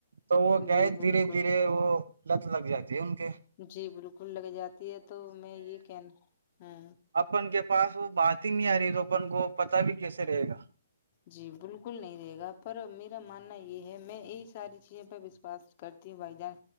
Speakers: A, on the right; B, on the left.
A: تو وہ کیا
B: جی
A: ہے
B: بالکل
A: دھیرے دھیرے وہ لت لگ جاتی ہے ان کے
B: جی بالکل لگ جاتی ہے تو میں یہ کہنا ہوں
A: اپن کے پاس وہ بات ہی نہیں آ رہی تو اپن کو پتا بھی کیسے رہے گا
B: جی بالکل نہیں رہے گا پر میرا ماننا یہ ہے میں اس ساری چیزیں پے وشواس کرتی ہوں بھائی جان